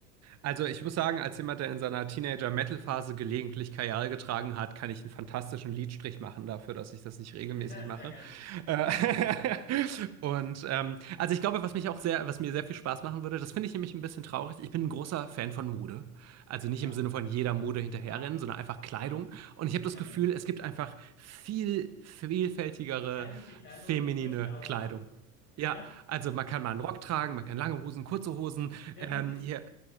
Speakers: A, on the right; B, on the left.
A: Also ich muss sagen, als jemand, der in seiner Teenager-Metal-Phase gelegentlich Kajal getragen hat, kann ich einen fantastischen Liedstrich machen dafür, dass ich das nicht
B: <laughs>
A: regelmäßig mache.
B: sehr geil.
A: Äh, <laughs> Und ähm, also ich glaube, was mich auch sehr, was mir sehr viel Spaß machen würde, das finde ich nämlich ein bisschen traurig. Ich bin ein großer Fan von Mode. Also nicht
B: Ja,
A: im Sinne von jeder Mode hinterherrennen,
B: ja,
A: sondern einfach Kleidung.
B: ja,
A: Und ich habe das
B: sehr
A: Gefühl,
B: geil.
A: es gibt einfach viel vielfältigere
B: weibliche Kleidung,
A: feminine
B: größere Auswahl.
A: Kleidung. Ja,
B: Ja,
A: also man kann mal einen Rock tragen, man kann lange Hosen, kurze Hosen,
B: ja
A: ähm,
B: und die,
A: hier